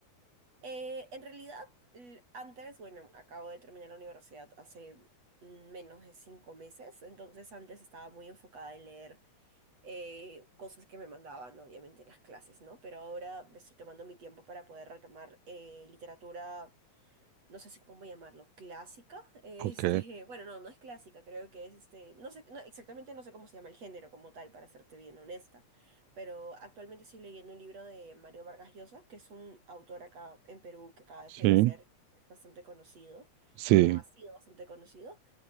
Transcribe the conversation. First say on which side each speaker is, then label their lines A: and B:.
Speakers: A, on the right (about 55°); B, on the right (about 80°).
A: Eh, en realidad, l- antes, bueno, acabo de terminar la universidad hace mm, menos de cinco meses, entonces antes estaba muy enfocada en leer eh, cosas que me mandaban, obviamente, en las clases, ¿no? Pero ahora me estoy tomando mi tiempo para poder retomar eh, literatura no sé si cómo llamarlo, clásica. <laughs> eh,
B: Ok.
A: Este, bueno, no, no es clásica, creo que es este, no sé, no, exactamente no sé cómo se llama el género como tal, para serte bien honesta, pero actualmente estoy leyendo un libro de Mario Vargas Llosa, que es un autor acá en Perú que acaba de
B: Sí.
A: fallecer, es bastante conocido,
B: Sí.
A: bueno, ha sido bastante conocido.